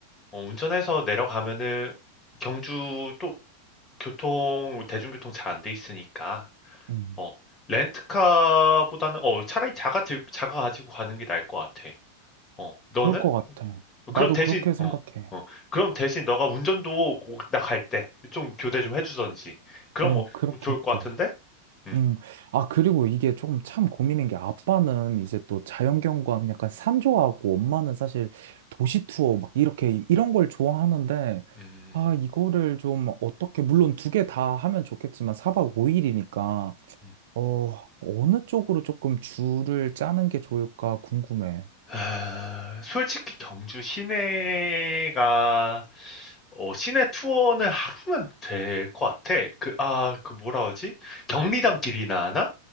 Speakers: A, on the left; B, on the right.
A: 어, 운전해서 내려가면은 경주 또 교통 대중교통 잘 안 돼 있으니까
B: 음.
A: 어, 렌트카보다는 어, 차라리 자가 들 자가 가지고 가는 게 나을 것 같아. 어, 너는?
B: 그럴 것 같아. 나도
A: 그럼 대신
B: 그렇게 생각해.
A: 어, 어. 그럼 대신 너가 운전도 나갈 때 좀 교대 좀 해주던지. 그럼
B: 어,
A: 어,
B: 그렇게
A: 좋을
B: 할게.
A: 것 같은데? 음.
B: 음, 아, 그리고 이게 조금 참 고민인 게 아빠는 이제 또 자연경관 약간 산 좋아하고 엄마는 사실 도시 투어 막 이렇게 이런 걸 좋아하는데
A: 음.
B: 아, 이거를 좀 어떻게, 물론 두 개 다 하면 좋겠지만 4박 5일이니까
A: 음.
B: 어, 어느 쪽으로 조금 줄을 짜는 게 좋을까 궁금해.
A: 아, 솔직히 경주 시내가 어, 시내 투어는 하루면 될 것 같아. 그, 아, 그 뭐라 하지? 경리단 길이나 하나?